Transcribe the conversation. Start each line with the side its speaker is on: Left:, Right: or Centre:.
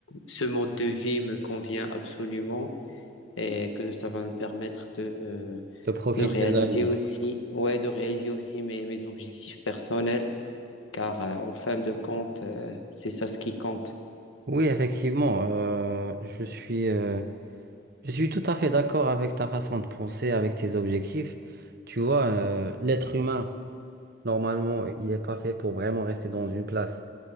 Left: ce mode de vie me convient absolument et que ça va me permettre de,
Right: De profiter
Left: de réaliser
Right: de la vie.
Left: aussi, ouais, de réaliser aussi mes, mes objectifs personnels, car euh, en fin de compte, euh, c'est ça ce qui compte.
Right: Oui, effectivement, euh, je suis, euh, je suis tout à fait d'accord avec ta façon de penser, avec tes objectifs. Tu vois, euh, l'être humain, normalement, il n'est pas fait pour vraiment rester dans une place.